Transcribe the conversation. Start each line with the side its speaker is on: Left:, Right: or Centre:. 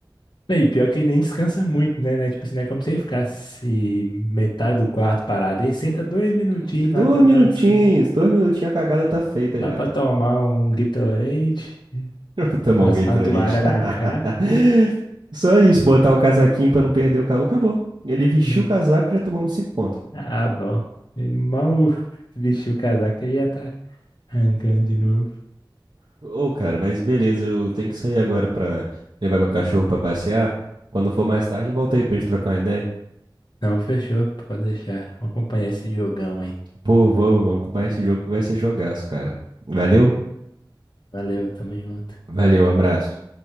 Left: E pior que ele nem descansa muito, né? né? Tipo assim, não é como se ele ficasse metade do quarto parado. Ele senta dois minutinhos
Right: <laughs> Dois
Left: lá pra dar
Right: minutinhos,
Left: uma descanso.
Right: dois minutinhos, a cagada tá feita
Left: Lá
Right: já.
Left: pra tomar um Gatorade,
Right: <laughs> Eu vou tomar
Left: passar
Right: um Gatorade.
Left: uma toalha na
Right: <laughs>
Left: cara.
Right: Só isso, botar o casaquinho pra não perder o calor, acabou. Ele vestiu
Left: É.
Right: o casaco, já tomamos cinco pontos.
Left: Ah, bom. Ele mal vestiu o casaco e já tá arrancando de novo.
Right: Ô, cara, mas beleza, eu tenho que sair agora pra levar meu cachorro pra passear. Quando for mais tarde, eu volto aí pra gente trocar uma ideia.
Left: Não, fechou, pode deixar. Vamos acompanhar esse jogão aí.
Right: Pô, vamos, vamos comprar esse jogo que vai ser jogaço, cara. Valeu?
Left: Valeu, tamo junto.
Right: Valeu, abraço.